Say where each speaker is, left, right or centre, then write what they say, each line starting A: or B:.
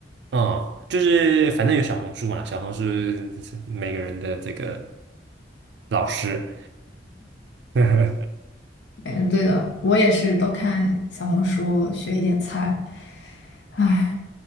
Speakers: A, on the right (about 70°); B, on the left (about 85°).
A: 嗯，就是反正有小红书嘛，小红书是每个人的这个老师。<laughs>
B: 嗯，对的，我也是都看小红书学一点菜。唉，